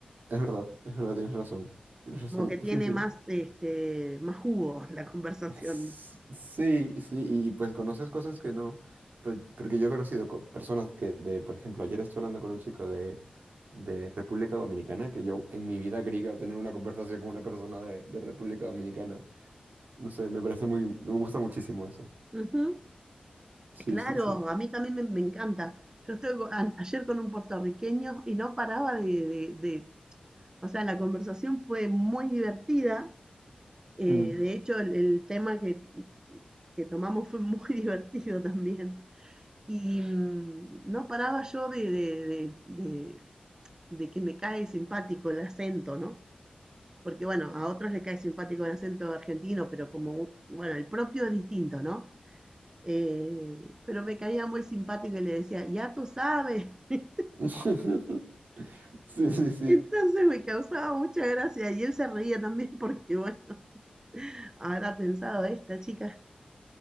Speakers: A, on the right; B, on the right.
A: Es verdad, es verdad, tienes razón. Tienes razón,
B: Como que tiene
A: <laughs> sí, sí.
B: más, este, más jugo <laughs> la conversación.
A: S- Sí, sí, y pues conoces cosas que no, pues, porque yo he conocido co- personas que, de, por ejemplo, ayer estuve hablando con un chico de, de República Dominicana, que yo en mi vida creí que iba a tener una conversación con una persona de, de República Dominicana. No sé, me parece muy, me gusta muchísimo eso.
B: Ujú.
A: Sí,
B: Claro,
A: sí, sí.
B: a mí también me, me encanta. Yo estoy ayer con un puertorriqueño y no paraba de, de- de- o sea, la conversación fue muy divertida. eh,
A: Mm.
B: de hecho, el, el tema que, que tomamos fue muy <laughs> divertido también. Y mm, no paraba yo de, de- de- de- de que me cae simpático el acento, ¿no? Porque bueno, a otros les cae simpático el acento argentino, pero como, bueno, el propio es distinto, ¿no? Eh, pero me caía muy simpático y le decía, ya tú sabes. <laughs>
A: <laughs> Sí, sí, sí.
B: Entonces me causaba mucha gracia y él se reía también porque, bueno, <laughs> habrá pensado, esta chica